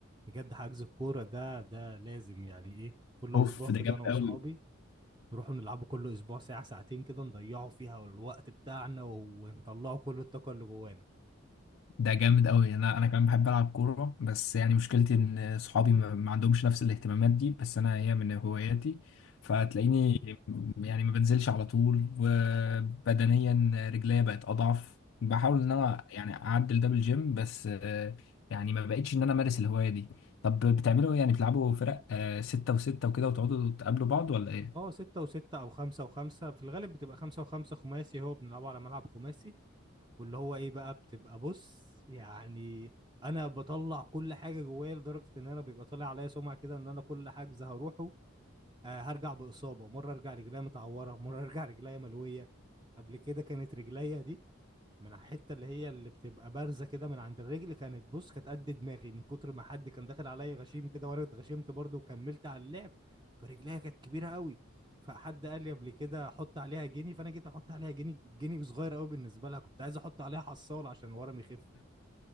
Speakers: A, on the right; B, on the left.
A: بجد حجز الكورة ده ده لازم يعني إيه كل
B: اوف
A: أسبوع
B: ده
A: كده
B: جامد
A: أنا وأصحابي
B: قوي
A: نروحوا نلعبوا كل أسبوع ساعة ساعتين كده نضيعوا فيها الوقت بتاعنا و- ونطلعوا كل الطاقة اللي جوانا
B: ده جامد قوي انا انا كمان بحب العب كوره بس يعني مشكلتي ان صحابي ما ما عندهمش نفس الاهتمامات دي بس انا هي من هواياتي فتلاقيني
A: مم.
B: يعني ما بنزلش على طول وبدنيا رجليا بقت اضعف بحاول ان انا يعني اعدل ده بالجيم بس آه، يعني ما بقتش ان انا امارس الهوايه دي طب بتعملوا ايه يعني بتلعبوا فرق آه، ستة وستة وكده وتقعدوا تقابلوا بعض ولا ايه؟
A: اه ستة وستة أو خمسة وخمسة في الغالب بتبقى خمسة وخمسة خماسي هو بنلعبه على ملعب خماسي واللي هو ايه بقى بتبقى بص يعني انا بطلع كل حاجه جوايا لدرجه ان انا بيبقى طالع عليا سمعه كده ان انا كل حجز هروحه آه هرجع باصابه مره ارجع رجليا متعوره مره ارجع رجليا ملويه قبل كده كانت رجليا دي من على الحته اللي هي اللي بتبقى بارزه كده من عند الرجل كانت بص كانت قد دماغي من كتر ما حد كان داخل عليا غشيم كده وانا اتغشمت برضه وكملت على اللعب فرجليها كانت كبيره قوي فحد قال لي قبل كده حط عليها جنيه فانا جيت احط عليها جنيه جنيه صغير قوي بالنسبه لها كنت عايز احط عليها حصاله عشان ورم يخف